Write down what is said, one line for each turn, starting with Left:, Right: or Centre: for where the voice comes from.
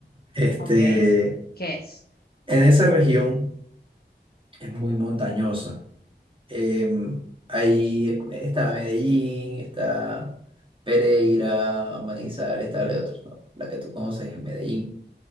Right: Este,
Left: Ok. ¿Qué es?
Right: en esa región es muy montañosa. Em, ahí está Medellín, está Pereira, Manizales, está la otra, ¿no? La que tú conoces es Medellín.